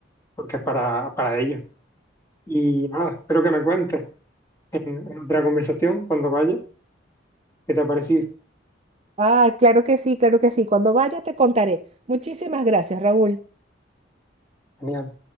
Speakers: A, on the left; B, on the right.
A: porque es para, para ello. Y nada, espero que me cuentes en, en otra conversación cuando vayas qué te ha parecido.
B: Ah, claro que sí, claro que sí. Cuando vaya te contaré. Muchísimas gracias, Raúl.
A: Genial.